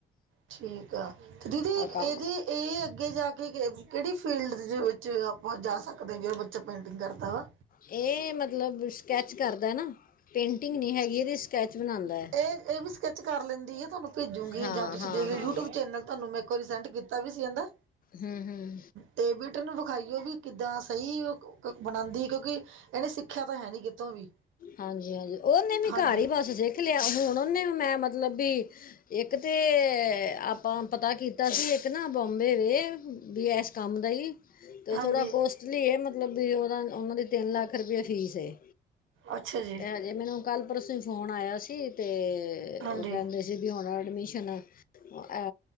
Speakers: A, on the right; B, on the left.
A: ਠੀਕ ਆ, ਤੇ ਦੀਦੀ ਇਹਦੇ
B: ਅਗਾਂਹ
A: ਇਹ ਅੱਗੇ ਜਾ ਕੇ ਕਿਹੜੀ ਫੀਲਡ ਚਲੋ, ਆਪਾਂ ਜਾ ਸਕਦੇ ਹਾਂ, ਵੀ ਔ ਬੱਚਾ ਪੇਂਟਿੰਗ ਕਰਦਾ ਵਾ
B: ਇਹ ਮਤਲਬ ਸਕੈਚ ਕਰਦਾ ਨਾ, ਪੇਂਟਿੰਗ ਨੀ ਹੈਗੀ ਇਹਦੀ ਸਕੈਚ ਬਣਾਉਂਦਾ ਹੈ।
A: ਇਹ-ਇਹ ਵੀ ਸਕੈਚ ਕਰ ਲੈਂਦੀ ਹੈ, ਤੁਹਾਨੂੰ ਭੇਜੂਗੀ
B: ਹਾਂ
A: ਜਾਂ ਤੁਸੀਂ
B: ਹਾਂ
A: ਦੇਖ
B: ਹਾਂ
A: ਯੂਟਿਊਬ ਚੈਨਲ ਤੁਹਾਨੂੰ ਮੈਂ ਇੱਕ ਵਾਰੀ ਸੈਂਡ ਕੀਤਾ ਵੀ ਸੀ ਹੈਨਾ।
B: ਹੂੰ ਹੂੰ
A: ਤੇ ਬੇਟੇ ਨੂੰ ਵਿਖਾਈਓ, ਵੀ ਕਿੱਦਾਂ ਸਹੀ ਔ ਬਣਾਉਂਦੀ ਕਿਉ ਕਿਉਂਕਿ, ਇਹਨੇ ਸਿੱਖਿਆ ਤਾਂ ਹੈ ਨੀ ਕਿਤੋਂ ਵੀ
B: ਹਾਂਜੀ-ਹਾਂਜੀ, ਉਹਨੇ ਵੀ
A: ਹਾਂਜੀ
B: ਘਰ ਹੀ ਬਸ ਜੇ ਦੇਖ ਲਿਆ, ਹੁਣ ਉਹਨੇ ਵੀ ਮੈਂ ਮਤਲਬ ਵੀ, ਇੱਕ ਤੇ ਆਪਾਂ ਪਤਾ ਕੀਤਾ ਤਾਂ ਅਸੀਂ ਇੱਕ ਨਾ ਬੰਬੇ ਰਹੇ, ਬੀ ਇਸ ਕੰਮ ਦਾ ਹੀ, ਅਤੇ ਉਹ
A: ਹਾਂਜੀ
B: ਥੋੜ੍ਹਾ ਕੋਸਟ ਲੀ ਇਹ, ਮਤਲਬ ਵੀ ਉਹਦਾ ਉਹਨਾਂ ਦੀ ਤਿੰਨ ਲੱਖ ਰੁਪਏ ਫੀਸ ਏ।
A: ਅੱਛਾ ਜੀ
B: ਤੇ ਹਜੇ ਮੈਨੂੰ ਕੱਲ ਪਰਸੋਂ ਹੀ ਫੋਨ ਆਇਆ ਸੀ, ਤੇ
A: ਹਾਂਜੀ
B: ਉਹ ਕਹਿੰਦੇ ਸੀ ਤੇ ਹੁਣ ਐਡਮਿਸ਼ਨ, ਐ